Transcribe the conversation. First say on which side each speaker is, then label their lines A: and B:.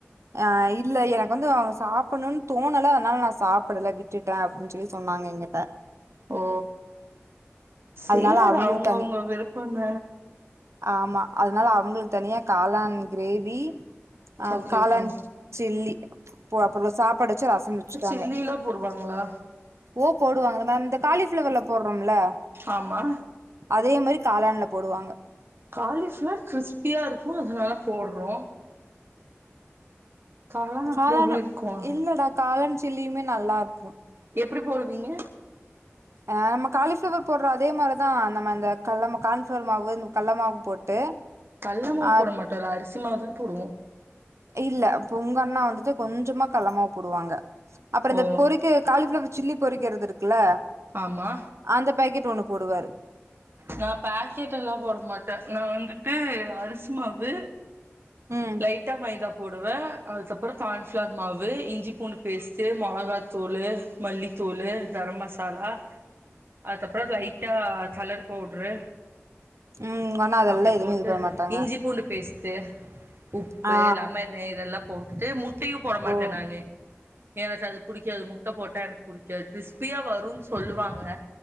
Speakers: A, on the right; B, on the right.
A: ஆ இல்ல எனக்கு வந்து அவங்க சாப்பிட்ணுனு தோனல அதனால நா சாப்பிட்ல விட்டுட்டே அப்டின் சொல்லி சொன்னாங்க எங்கிட்ட
B: ஓ சேரி
A: அதனால
B: அது
A: அவங்களுக்கு
B: அவங்கவுங்க
A: தனி
B: விருப்பங்க
A: ஆமா அதனால அவங்களுக்கு தனியா காளான் கிரேவி ஆ
B: ஓகே
A: காளான்
B: ஓகே
A: சில்லி போ அப்புற சாப்பாடு வச்சு ரசம் வச்சுட்டா
B: சில்லியல்லா போடுவாங்களா
A: ஓ போடுவாங்க மேம் இந்த காலிஃபிளவர்ல போட்றோம்ல
B: ஆமா
A: அதே மாரி காளான்ல போடுவாங்க
B: காலிஃப்ளார் க்றிஸ்பியா இருக்கு அதனால போட்றோ காளான் அப்டியேவு
A: காளண
B: இருக்கு
A: இல்லடா காளன் சில்லியுமே நல்லார்க்கு
B: எப்டி போடுவீங்க
A: ஆ நம்ம காளிஃப்வர் போட்ற அதே மாரிதா நம்ம இந்த கள்ள ம கான்ஃப்ளவர் மாவு இந்த கல்ல மாவு போட்டு
B: கல்ல மாவு
A: ஆ
B: போட மாட்டோல்ல அரிசிமாவுதான போடுவோ
A: இல்ல பொங்கண்ணா வந்துட்டு கொஞ்சமா கல்லமாவு போடுவாங்க அப்புற
B: ஓ
A: இந்த பொறிக்கு காளிஃப்ளவர் சில்லி பொறிக்கறது இருக்குல்ல
B: ஆமா
A: அந்த பேக்கெட் ஒண்ணு போடுவாரு
B: நா பாக்கெட் எல்லா போட மாட்டே நா வந்துட்டு அரிசு மாவு
A: ம்
B: லைட்டா மைதா போடுவே அதுக்கப்புற கான்ஃப்ளார் மாவு இஞ்சி பூண்டு பேஸ்ட்டு மொளகா தூளு மல்லித்தூளு கரம் மசாலா அதுகப்ற லைட்டா கலர் பவ்ட்ரு
A: ம் உங்க அண்ணா அதெல்லா
B: அப்டி
A: எதுவுமே
B: போட்டு
A: இது பண்ண மாட்டாங்க
B: இஞ்சி பூண்டு பேஸ்ட்டு உப்பு
A: ஆ
B: லெமன்னு இதெல்லா போட்டுட்டு முட்டையு போட மாட்டே
A: ஓ
B: நானு எனக்கு அது புடிக்காது முட்ட போட்டா எனக்கு புடிக்காது க்றிஸ்பியா வருன்னு சொல்லுவாங்க